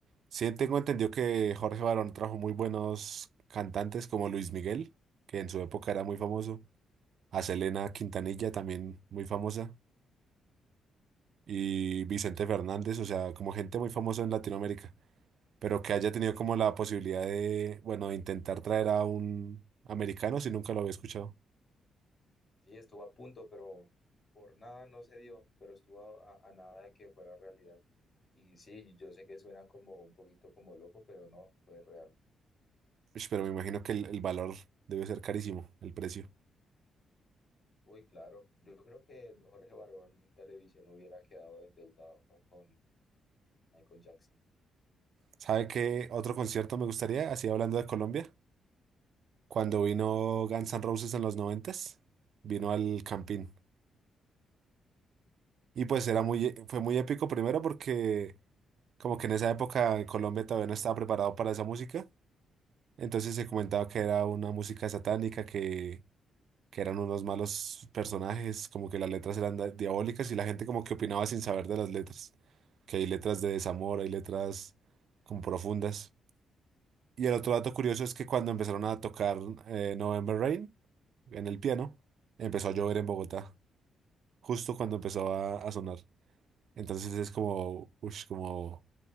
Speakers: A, on the right; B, on the left.
A: sí tengo entendido que Jorge Barón trajo muy buenos cantantes como Luis Miguel, que en su época era muy famoso, a Selena Quintanilla también muy famosa. y Vicente Fernández, o sea, como gente muy famosa en Latinoamérica, pero que haya tenido como la posibilidad de, bueno, de intentar traer a un americano si nunca lo había escuchado.
B: Sí, estuvo a punto, pero por nada no se dio, pero estuvo a, a nada de que fuera realidad. Y sí, yo sé que suena como un poquito como loco, pero no, fue real.
A: Ush, Pero me imagino que el, el valor debe ser carísimo, el precio.
B: Uy, claro. Yo creo que Jorge Barón Televisión hubiera quedado endeudado con Michael Jackson.
A: ¿Sabe qué otro concierto me gustaría? Así hablando de Colombia, cuando vino Guns N' Roses en los noventas, vino al Campín. Y pues era muy, e- fue muy épico primero porque como que en esa época en Colombia todavía no estaba preparado para esa música. Entonces se comentaba que era una música satánica, que, que eran unos malos personajes, como que las letras eran da- diabólicas y la gente como que opinaba sin saber de las letras, que hay letras de desamor, hay letras como profundas. Y el otro dato curioso es que cuando empezaron a tocar eh, November Rain en el piano, empezó a llover en Bogotá, justo cuando empezó a, a sonar. Entonces es como, ush, como